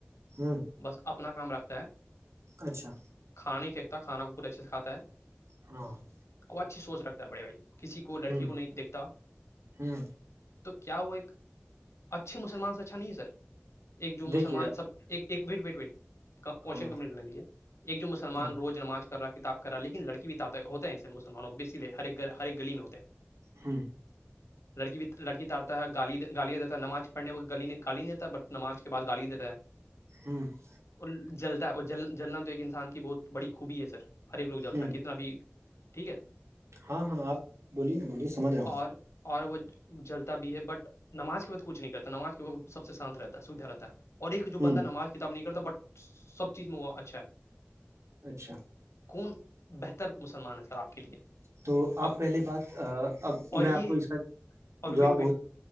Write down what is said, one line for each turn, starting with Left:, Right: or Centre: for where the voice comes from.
Right: ہوں
Left: بس اپنا کام رکھتا ہے
Right: اچھا
Left: کھا نہیں پنکتا کانا کو پورے اچھے سے کھا ہے <unintelligible>
Right: ہاں <inaudible>
Left: وہ اچھی سوچ رکھتا ہے بڑے بھائی کسی کو لڑکی
Right: ہ
Left: کو نہیں دیکھتا
Right: ہ
Left: تو کیا وہ ایک اچھے مسلمان سے اچھا نہیں ہے سر ایک جو مسلمان
Right: دیکھیے
Left: سب ایک وٹ وٹ وٹشن
Right: ہاں
Left: کمونٹی نے دیا ایک جو مسلمان
Right: ہاں
Left: روز نماز کر رہا کتاب کر رہا لیکن لڑکی ہوتے ہیںسے مسلمانوں بیسیے ہر ایک گھر ہر گلی میں ہوتے ہیں
Right: ہاں
Left: لڑکی بھی لڑکی تارتا ہے گالی گالیا دیتا ہے نماز پڑھنے میں گ گالی نہیں دیتا بٹ نماز کے بعد گالی دیتا ہے
Right: ہوں <inaudible>
Left: اور جلتا ہے اور جل جلنا تو ایک انسان کی بہت بڑی خوبی ہے سر ہر ایک لوگ جلتا
Right: ہ
Left: ہے کتنا بھی ٹھیک ہے
Right: ہاں ہاں آپ بولیے نا بولیے سمجھ رہا
Left: اور اور وہ جلتا بھی ہے بٹ نماز کے وقت کچھ نہیں کرتا نماز کے وقت سب سے شانت رہتا ہے سیدھا رہتا ہے اور ایک
Right: ہوں
Left: جو بندہ
Right: ہ
Left: نماز کتاب نہیں کرتا بٹ سب چیز میں وہ اچھا ہے
Right: اچھا <inaudible>
Left: کون بہتر مسلمان ہے سر آپ کے لیے
Right: تو آپ
Left: اب
Right: پہلی بات اب
Left: اور
Right: میں
Left: یہ
Right: آپ کو اس کا
Left: اور
Right: جواب
Left: ویٹ
Right: بہت
Left: ویٹ ویٹ